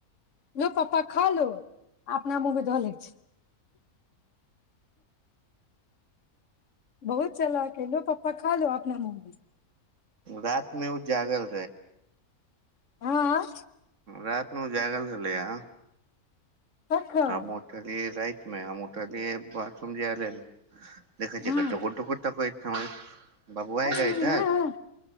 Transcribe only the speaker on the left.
लू पापा खालू अपना मुहमे धअ लै छै बहुत चला के लो पापा खा लू अपना मुँहमे
हँअ
तखन
हँ
अरे
हँ